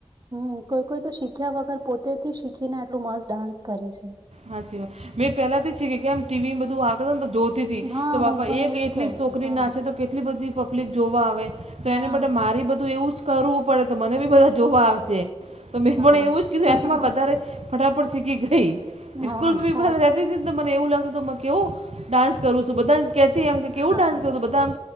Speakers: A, on the right (about 40°); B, on the right (about 80°).
A: હમ કોઈ કોઈ તો શીખ્યા વગર પોતેથી શીખીને આટલું મસ્ત ડાન્સ કરે છે.
B: હાચ વાય મેં પેલા તો જ છે કેમ ટીવી બધું આવતાને તો જો
A: હા
B: તો બાપા
A: હું પણ
B: એક
A: એવું જ
B: એટલી
A: કરતી
B: છોકરી
A: હા
B: ના છે, તો કેટલી બધી પબ્લિક જોવા આવે તો
A: હા
B: એને બદલે મારી બધું એવું જ કરવું પડે તો મને બી બધા જોવા આવશે તો મેં
A: હા
B: પણ એવું જ કીધું એમાં વધારે ફટાફટ સીખી ગઈ
A: હા
B: સ્કૂલ ભી
A: સારું
B: બંધ રહેતા મને એવું લાગે કેવું ડાન્સ કરું છુ બધાથી એમ કે કેવું
A: હા
B: ડાન્સ કરું છુ બધા આમ